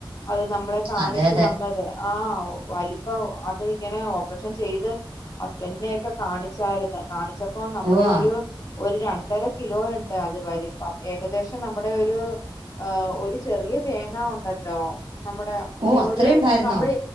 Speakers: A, on the left; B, on the right.
A: അത് നമ്മളെ കാണിച്ച്
B: അതെ അതെ
A: തന്നത്. ആഹ്, വ വലിപ്പം അത് ഇങ്ങനെ ഒ പ്പറേഷൻ ചെയ്ത് ഹസ്ബൻഡിനെയൊക്കെ കാണിച്ചായിര്ന്ന്. കാണിച്ചപ്പം നമ്മുടെ
B: ഉവ്വാ
A: ഒരു ഒരു രണ്ടര കിലോ ഉണ്ട് അത് വലിപ്പം ഏകദേശം നമ്മുടെ ഒരു ആഹ്, ഒരു ചെറിയ തേങ്ങ ഉണ്ടല്ലോ നമ്മുടെ
B: ഓ അത്രേ
A: ഒരു
B: ഉണ്ടായിരുന്നോ
A: കമ്പ്ളി